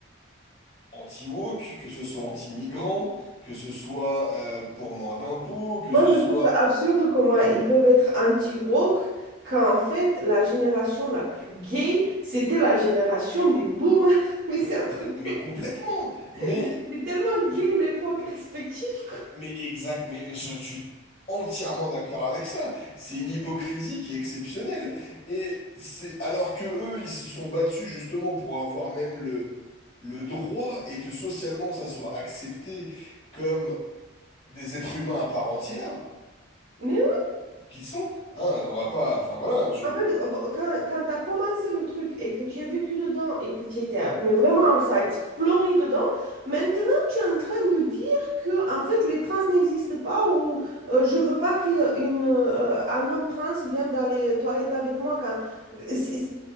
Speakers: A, on the left (about 30°); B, on the right (about 50°).
A: anti-woke, que ce soit anti-migrant, que ce soit euh, pour moins d'impôts, que
B: Moi,
A: ce
B: je
A: soit...
B: trouve ça absurde comment ils peuvent être anti-woke quand en fait, la génération la plus gay, c'était la génération des boomers. <laughs> Mais c'est un truc.
A: Mais complètement! Mais,
B: Mais c'était tellement
A: mais
B: gay l'époque respective. quoi.
A: Mais exact, mais je suis entièrement d'accord avec ça. C'est une hypocrisie qui est exceptionnelle. Et c'est alors que eux, ils se sont battus justement pour avoir même le, le droit et que socialement ça soit accepté comme des êtres humains à part entière,
B: Mais
A: qu'ils sont. Hein, on va pas, enfin voilà, je.
B: En fait, euh, bah, quand, quand tu as commencé le truc et que tu as vécu dedans et que tu étais euh, mais vraiment ça a été fleuri dedans, maintenant tu es en train de dire que en fait les trans n'existent pas ou euh, je veux pas qu'un un homme trans vienne dans les toilettes avec moi quand euh, c'est- c'est-